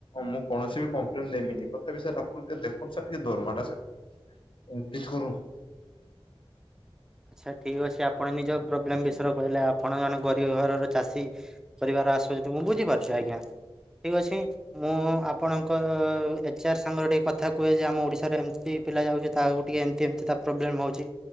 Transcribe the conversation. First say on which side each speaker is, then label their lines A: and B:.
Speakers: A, on the left (about 60°); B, in the centre.
A: ମୁଁ କୌଣସି କମ୍ପ୍ଲେନ ଦେବିନି ତଥାପି ସାର୍ ଆପଣ ଦେଖନ୍ତୁ। ସାର୍ ଟିକେ ଦରମାଟା ସା <unintelligible>
B: ଆଚ୍ଛା ଠିକ୍ ଅଛି। ଆପଣ ନିଜ ପ୍ରୋବ୍ଲେମ ବିଷୟରେ କହିଲେ ଆପଣମାନେ ଗରିବ ଘରର ଚାଷୀ କରିବା <unintelligible> ମୁଁ ବୁଝିପାରୁଛି ଆଜ୍ଞା। ଠିକ୍ ଅଛି ମୁଁ ଆପଣଙ୍କ ଏଚ୍ଆର୍ ସାଙ୍ଗରେ ଟିକେ କଥା କୁହେ ଯେ ଆମ ଓଡ଼ିଶାର ଏମିତି ପିଲା ଯାଉଛି, ତାହାକୁ ଟିକେ ଏମିତି ଏମିତି ତା ପ୍ରୋବ୍ଲେମ ହଉଛି।